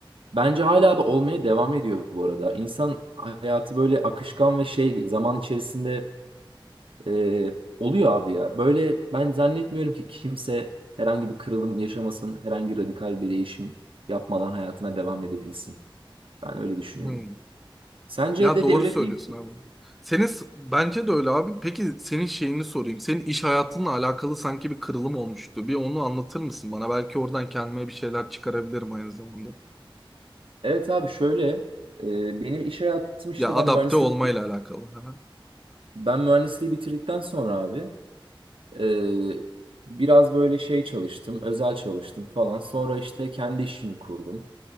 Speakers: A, on the right; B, in the centre.
A: Bence hala da olmaya devam ediyor bu arada. İnsan hayatı böyle akışkan ve şey zaman içerisinde Ee, oluyor abi ya. Böyle ben zannetmiyorum ki kimse herhangi bir kırılım yaşamasın, herhangi radikal bir değişim yapmadan hayatına devam edebilsin. Ben öyle düşünüyorum.
B: Hı.
A: Sence
B: Ya
A: dedi
B: doğru
A: öyle
B: söylüyorsun
A: değil mi?
B: abi. Senin s- bence de öyle abi. Peki senin şeyini sorayım. Senin iş hayatınla alakalı sanki bir kırılım olmuştu. Bir onu anlatır mısın bana? Belki oradan kendime bir şeyler çıkarabilirim aynı zamanda.
A: Evet abi şöyle e, benim iş hayatım işte
B: Ya adapte
A: ben mühendisliği
B: olmayla alakalı. Aha.
A: ben mühendisliği bitirdikten sonra abi e, biraz böyle şey çalıştım, özel çalıştım falan. Sonra işte kendi işimi kurdum.